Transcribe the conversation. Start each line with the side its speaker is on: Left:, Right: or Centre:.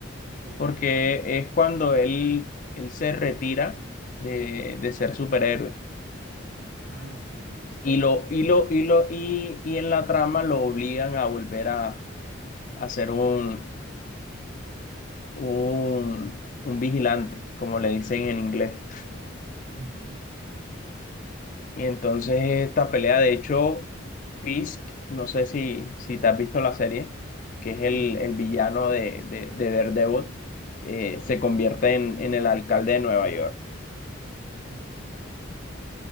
Right: Ok.
Left: porque es cuando él, él se retira de, de ser superhéroe.
Right: Ah, ok, listo.
Left: Y lo, y lo, y lo, y, y en la trama lo obligan a volver a, a ser un, un, un vigilante, como le dicen en inglés.
Right: Ujú,
Left: Y entonces esta pelea, de hecho, Fisk, no sé si, si te has visto la serie, que es el,
Right: Sí.
Left: el villano de, de, de Daredevil, eh, se convierte en, en el alcalde de Nueva York.
Right: ujú.